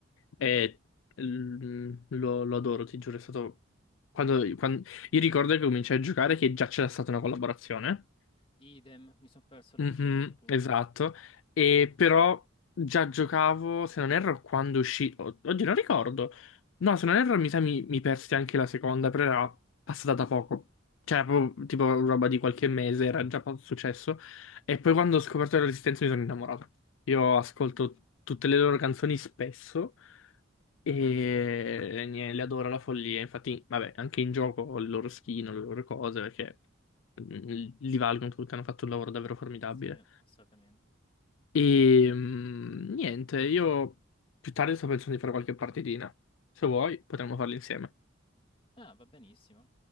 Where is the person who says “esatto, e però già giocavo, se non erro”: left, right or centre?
Left